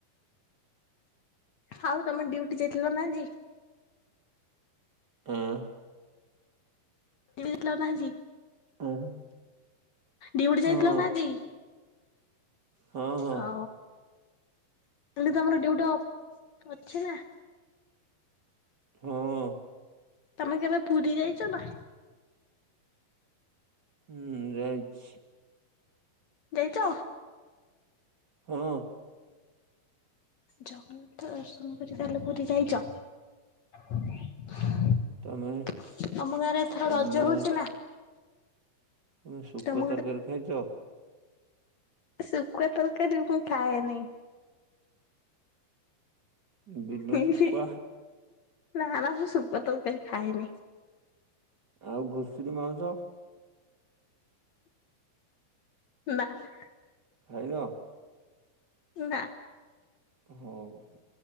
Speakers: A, on the left; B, on the right.
A: ହାଉ ତମେ ଡିୟୁଟି ଯାଇଥିଲ ନା ଆଜି?
B: ଆଁ।
A: ଡିୟୁଟି ଯାଇଥିଲ ନା ଆଜି
B: ଆଁ ଆଁ
A: ଡିୟୁଟି
B: ହଁ
A: ଯାଇଥିଲ ନା ଆଜି?
B: ହଁ ହଁ
A: ହଉ। କାଲି ତମର ଡିୟୁଟଅପ ଅଛିନା?
B: ହଁ।
A: ତମେ କେବେ ପୁରୀ ଯାଇଛନା?
B: ହୁଁ ଯାଇଛି।
A: ଯାଇଛ?
B: ହୁଁ।
A: ଜଗନ୍ନାଥ ଦର୍ଶନ କରି ତାହେଲେ ପୁରୀ ଯାଇଛ? ତମ
B: ତମେ
A: ଗାଁରେ ଏଥର
B: ତମେ
A: ରଜ ହୋଉଛି ନା?
B: ତମେ ଶୁକୁଆ
A: ତମ
B: ତରକାରୀ ଖାଇଛ?
A: ଶୁକୁଆ ତରକାରୀ ମୁଁ ଖାଏନି।
B: ବିଲ
A: ହୁଁ
B: ଶୁଖୁଆ
A: ହୁଁ ନା ନା ମୁଁ ସୁକୁଆ ତରକାରି ଖାଏନି।
B: ଆଉ ଘୁଷୁରୀ ମାଉସ?
A: ନା ନା।
B: ଖାଇନ?
A: ନା।
B: ହୋଉ